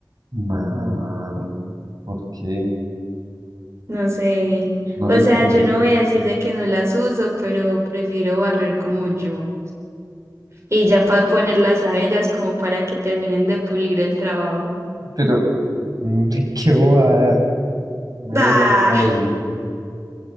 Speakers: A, on the right; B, on the right.
A: Nah, ¿por qué?
B: no sé.
A: No
B: O
A: limpian
B: sea,
A: bien.
B: yo no voy a decir de que no las uso, pero prefiero barrer como yo. Y ya para ponerlas a ellas como para que terminen de pulir el trabajo.
A: Pero, mm, <laughs> qué bobada, mero
B: ¡Ah!
A: gasto ahí.